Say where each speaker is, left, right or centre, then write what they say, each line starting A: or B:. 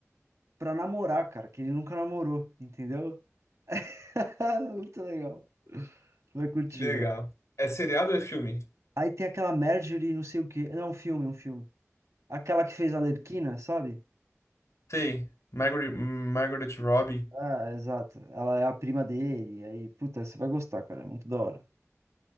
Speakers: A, on the right (about 70°); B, on the left (about 75°).
A: pra namorar, cara, que ele nunca namorou, entendeu? <laughs> Muito legal. Vai curtir,
B: Que Legal.
A: velho.
B: É seriado ou é filme?
A: Aí tem aquela Marjorie, não sei o quê. Não, um filme, um filme. Aquela que fez a Lerquina, sabe?
B: Sei. Margaret, Margaret Robbie.
A: Ah, exato. Ela é a prima dele. Aí, puta, você vai gostar, cara. É muito da hora.